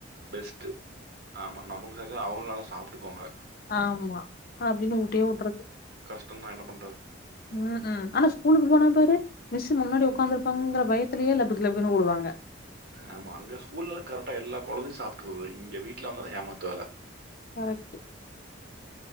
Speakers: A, on the right; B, on the left.
A: பெஸ்ட் ஆமா நமக்கு சரிய அவுங்களும் நல்லா சாப்ட்டுக்வாங்க
B: ஆமா அப்டின்னு ஊட்யே வுடுறது
A: கஷ்டம்தான் என்ன பண்றது?
B: ம் ம் ஆனா ஸ்கூலுக்கு போனா பாரு மிஸ் முன்னாடி
A: ம்.
B: உ்க்காந்துருப்பாங்கற பயத் லயே லபக்கு லபக்குனுுடுவாங்க
A: ஆமா அங்க ஸ்கூல்ல எல்லாம் கரெக்டா எல்லா கொழந்தையும் சாப்ட்டுருது இங்க வீட்ல வந்தான் ஏமாத்து வேல
B: கரக்ட்